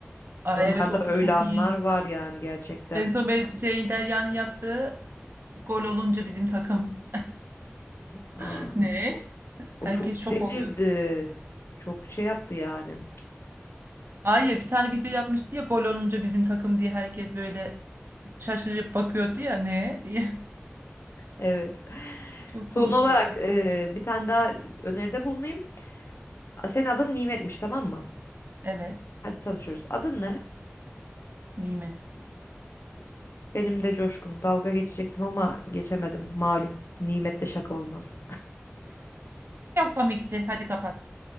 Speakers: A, on the right; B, on the left.
A: Aa,
B: Onlarda
A: evet o
B: öyle
A: da çok
B: anlar
A: iyi.
B: var yani gerçekten.
A: En son be- şey Derya'nın yaptığı gol olunca bizim takım.
B: Aa,
A: <laughs> Ne? Herkes
B: o çok
A: şok
B: delirdi.
A: oluyordu.
B: Çok şey yaptı yani.
A: Hayır bir tane video yapmıştı ya gol olunca bizim takım diye herkes böyle şaşırıp bakıyordu ya ne diye.
B: Evet.
A: <laughs> Çok
B: Son
A: komikti
B: olarak
A: o da.
B: e, bir tane daha öneride bulunayım. Senin adın Nimet'miş tamam mı?
A: Evet
B: Hadi tanışıyoruz. Adın ne?
A: Nimet.
B: Benim de Coşkun. Dalga geçecektim ama geçemedim. Malum. Nimetle şaka olmaz.
A: Çok komikti hadi kapat.